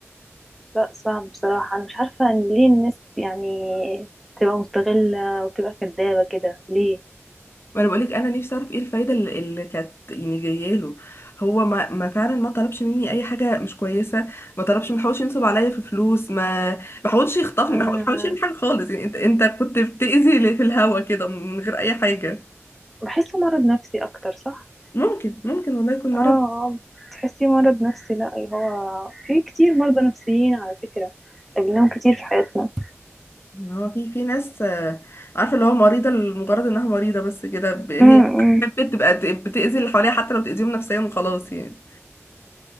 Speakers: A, in the centre; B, on the left.
A: لا صعب بصراحة أنا مش عارفة إن ليه الناس يعني تبقى مستغلة وتبقى كدابة كده ليه؟
B: ما انا بقولك انا نفسي اعرف ايه الفايده اللي اللي كانت يعني جايه له هو ما, ما فعلا ما طلبش مني اي حاجه مش كويسه ما طلبش ما حاولش ينصب عليا في فلوس ما ما حاولش يخطفني
A: أمم.
B: ما حاولش يعمل حاجه خالص يعني انت انت كنت بتاذي لي في الهوا كده من غير اي حاجه
A: بحسه مرض نفسي أكتر صح؟
B: ممكن ممكن والله يكون مرض
A: اه آه، تحسيه مرض نفسي لا اللي هو في كتير مرضى نفسيين على فكرة قابلناهم كتير في حياتنا
B: هو في في ناس آه، عارفه اللي هو مريضه لمجرد انها مريضه بس كده ب- هي
A: امم
B: بتبقى بتاذي اللي حواليها حتى لو بتاذيهم نفسيا وخلاص يعني